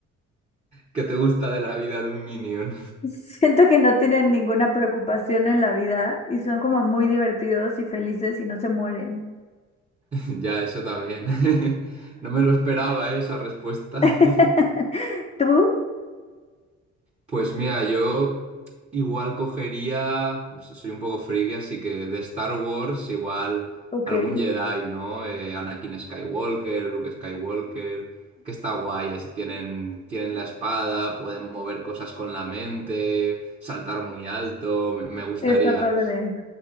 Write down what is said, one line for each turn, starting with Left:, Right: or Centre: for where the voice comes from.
Right: ¿Qué te gusta de la vida de un minion?
Left: Siento que no tienen ninguna preocupación en la vida y son como muy divertidos y felices y no se mueren.
Right: <laughs> Ya, eso también. <laughs> No me lo esperaba, ¿eh? esa respuesta.
Left: <laughs>
Right: <laughs>
Left: ¿Tú?
Right: Pues mira, yo igual cogería, pues soy un poco friki, así que de Star Wars igual
Left: Ok,
Right: algún
Left: sí
Right: Jedi, ¿no? Eh, Anakin Skywalker, Luke Skywalker, que está guay, así tienen, tienen la espada, pueden mover cosas con la mente, saltar muy alto, me, me gustaría,
Left: está padre.